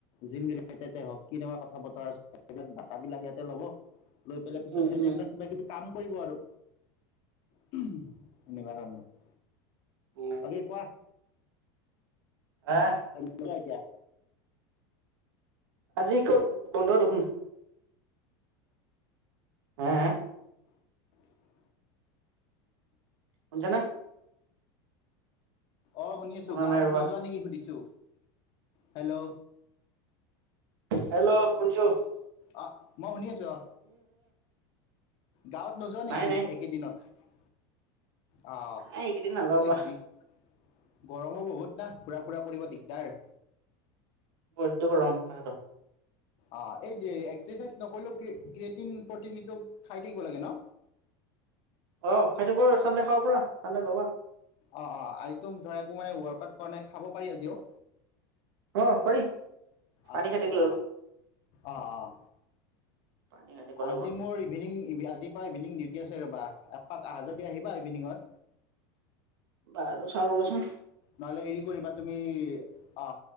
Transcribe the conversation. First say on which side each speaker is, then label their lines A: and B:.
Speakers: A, on the left (about 45°); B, on the right (about 85°).
A: জিম ৰিলেটেডে হওক কেনেকুৱা কথা বতৰা আছে সেইবিলাক ডাটাাবিলাক ইয়াতে লব লৈ পৰিলে পিছত
B: উম
A: তিহঁতে
B: উম
A: কিবাকিবি কাম কৰিব আৰু <unintelligible> <unintelligible>
B: উম
A: বাকী কোৱা
B: আহ
A: বন কৰা এতিয়া
B: আজি ক'ত বন্ধ দেখোনম হা হা
A: <unintelligible>
B: শুনিছা নে
A: অ শুনি আছো
B: শুনা
A: গাঁৱত
B: নাই ৰ'বা
A: নোযোৱা নেকি সুধিছোঁ হেল্ল'
B: হেল্ল' শুঞ্চু
A: অ মই শুনি আছো কিয় গাঁৱত নোযোৱা
B: নাই
A: নেকি
B: নাই
A: একেদিনত অ
B: এই এইকেইদিন নাযাওঁ ৰবা
A: জিপি গৰমো বহুত না ঘুৰা ফুৰা কৰিব দিগদাৰ
B: বাদ্য গৰম থাকেটো
A: অ এই যে এক্সাৰচাইজ নকৰিলও ক্ৰিয়েটিন প্ৰ'টিনটো খাই থাকিব লাগে ন
B: অ খাই থাকিব চান্দে খাব পৰা চান্দে ল'বা
A: অ অ আজিতো ধৰা একো মানে ৱৰ্কআউট কৰা নাই খাব পাৰি আজিও
B: অ পাৰি পানী
A: আচ্ছা
B: খাটিক ল'ল
A: অ অঁ অঁ
B: পানী খাটিব
A: আজি
B: লাগিব
A: মোৰ ইভিনিং আজিৰপা ইভিনিং ডিউটি আছে ৰ'বা একপাক আহা যদি আহিবা ইভিনিঙত।
B: বাহু চাও ৰবচোন
A: নহলে হেৰি কৰিবা তুমি অ